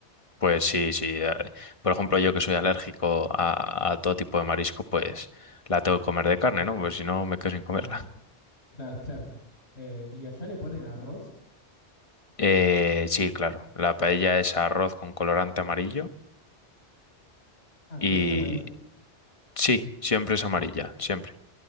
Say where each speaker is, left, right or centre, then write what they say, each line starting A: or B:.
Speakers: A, on the left; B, on the left.
A: Pues sí, sí. eh, Por ejemplo, yo que soy alérgico a, a todo tipo de marisco, pues la tengo que comer de carne, ¿no? Pues si no, me quedo sin comerla.
B: Ah, claro, <laughs> claro. Eh, ¿y allá le ponen arroz?
A: Eh, sí, claro. La paella es arroz con colorante amarillo
B: Ah,
A: y
B: sí o sí, amarillo.
A: sí, siempre es amarilla, siempre.